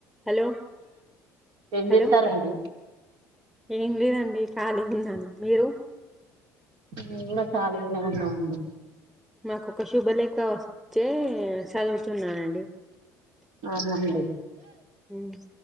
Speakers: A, in the centre; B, on the right (about 75°).
A: Hello
B: ఏం
A: hello
B: చేస్తారండి
A: ఏం లేదండి ఖాళీ ఉన్నను మీరు
B: నేను కూడా కాలిగనే ఉన్నా అండి
A: మాకు ఒక శుభలేఖ వస్తే సదువుతున్నానండి
B: అవునండి
A: ఉమ్